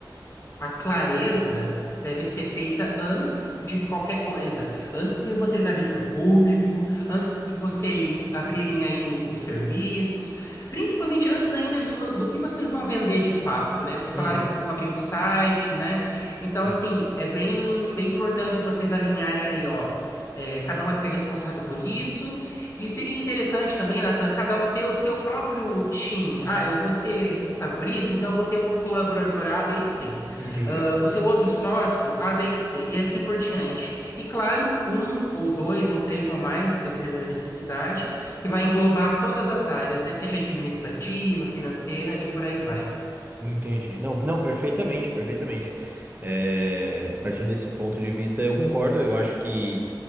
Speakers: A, on the left; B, on the right.
A: a clareza deve ser feita antes de qualquer coisa, antes de vocês abrir para o público, antes de vocês abrirem aí o- os serviços, principalmente antes ainda de vo- do que vocês vão vender de fato, né? Vocês
B: Uhum,
A: falaram que vocês vão abrir um site, né? Então,
B: sim,
A: assim,
B: sim.
A: é bem, bem importante vocês alinharem aí, ó. é, cada um vai ficar responsável por isso. E seria interessante também, Natan, cada um ter o seu próprio time. Ah, eu vou ser responsável por isso, então eu vou ter um colaborador A, B e C
B: Entendi.
A: ah, o seu outro sócio, A, B e C, e assim por diante. E claro, um ou dois ou três ou mais, dependendo da necessidade, que vai englobar todas as áreas, né? Seja administrativa, financeira e por aí vai.
B: Entendi. Não, não, perfeitamente, perfeitamente. É, partindo desse ponto de vista, eu concordo. Eu acho que